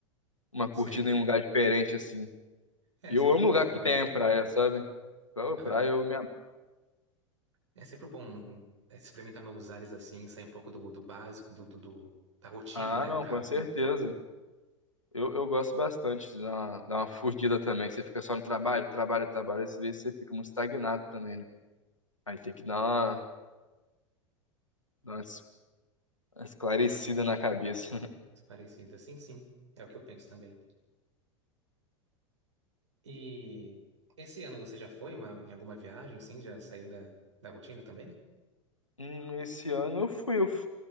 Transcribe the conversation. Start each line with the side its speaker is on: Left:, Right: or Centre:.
Left: uma curtida
Right: sei.
Left: em um lugar diferente, assim.
Right: É,
Left: E
Right: é sempre
Left: eu amo
Right: bom
Left: lugar
Right: dar
Left: que
Right: uma.
Left: tem praia, sabe? Pô,
Right: Aham.
Left: praia eu me... ab-
Right: É sempre bom é, experimentar novos ares assim, sair um pouco do, do básico, do, do, do- da rotina,
Left: Ah,
Right: né?
Left: não,
Right: O caso.
Left: com certeza. Eu, eu gosto bastante de dar uma, dar uma fugida também, que você fica só no trabalho, trabalho, trabalho, às vezes você fica muito estagnado também, né? Aí tem que dar uma, dar uma es- uma esclarecida na cabeça. <laughs>
Right: Parecida, sim, sim. É o que eu penso também. E esse ano você já foi uma- em alguma viagem, sim? Já saiu da, da rotina também?
Left: Hum, esse ano eu fui, eu, f-